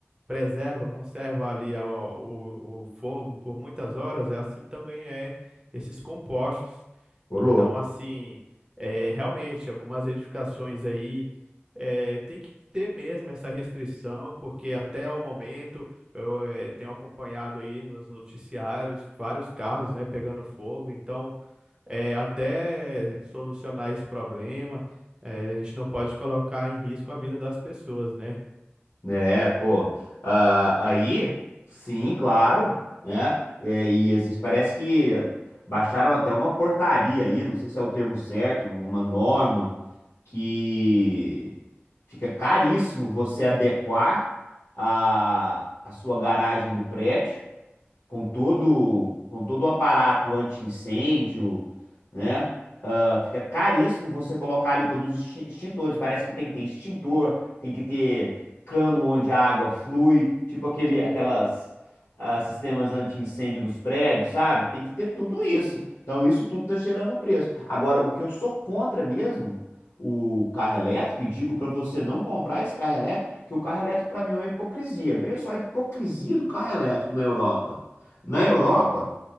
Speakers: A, on the right; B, on the left.
A: preserva, conserva ali a- o, o fogo por muitas horas, é assim também é esses compostos.
B: Ô,
A: Então,
B: louco.
A: assim, é, realmente, algumas edificações aí é, tem que ter mesmo essa restrição, porque até o momento eu é, tenho acompanhado aí nos noticiários vários carros, né, pegando fogo, então é, até solucionar esse problema, é, a gente não pode colocar em risco a vida das pessoas, né?
B: É, pô. ah, aí, sim, claro, né? É, e existe, parece que baixaram até uma portaria aí, não sei se é o termo certo, uma norma que fica caríssimo você adequar a, a sua garagem do prédio com todo, com todo o aparato anti-incêndio, né? Ah, fica caríssimo você colocar ali todos os extin- extintores. Parece que tem que ter extintor, tem que ter cano onde a água flui, tipo aquele, aquelas ah, sistemas anti-incêndio dos prédios, sabe? Tem que ter tudo isso. Então isso tudo tá gerando preço. Agora, o que eu sou contra mesmo, o carro elétrico, e digo para você não comprar esse carro elétrico, que o carro elétrico para mim é uma hipocrisia. Veja só a hipocrisia do carro elétrico na Europa. Na Europa,